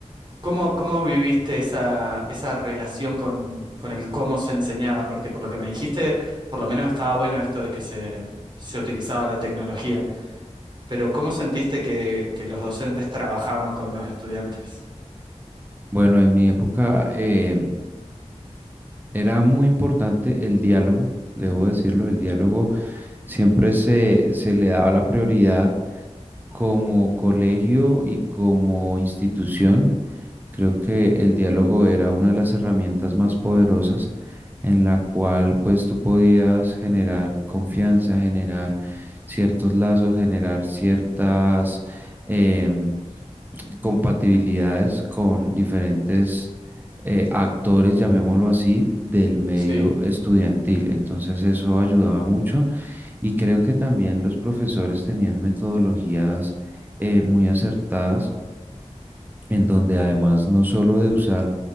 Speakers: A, on the right; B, on the right.
A: ¿cómo, cómo viviste esa, esa relación con, con el cómo se enseñaba? Porque por lo que me dijiste, por lo menos estaba bueno esto de que se, se utilizaba la tecnología, pero ¿cómo sentiste que, que los docentes trabajaban con los estudiantes?
B: Bueno, en mi época, em, era muy importante el diálogo, debo decirlo, el diálogo siempre se, se le daba la prioridad como colegio y como institución. Creo que el diálogo era una de las herramientas más poderosas en la cual pues tú podías generar confianza, generar ciertos lazos, generar ciertas, eh, compatibilidades con diferentes eh, actores, llamémoslo así, del medio
A: Sí.
B: estudiantil. Entonces eso ayudaba mucho y creo que también los profesores tenían metodologías eh, muy acertadas en donde además no solo de usar